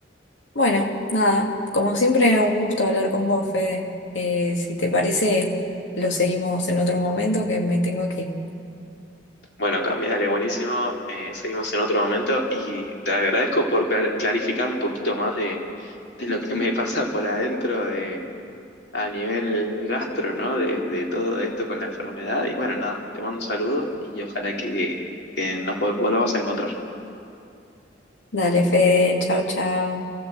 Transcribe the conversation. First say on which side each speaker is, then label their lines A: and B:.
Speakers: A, on the left; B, on the left.
A: bueno, nada, como siempre, un gusto hablar con vos, Fede. Eh, si te parece, lo seguimos en otro momento que me tengo que ir.
B: Bueno, Cami, dale, buenísimo. Eh, seguimos en otro momento y te agradezco por clar- clarificarme un poquito más de, de lo que me pasa por adentro de, a nivel gastro, ¿no? De, de todo esto con la enfermedad. Y bueno, nada, te mando un saludo y ojalá que, que nos vol- volvamos a encontrar.
A: Dale, Fede, chao, chao.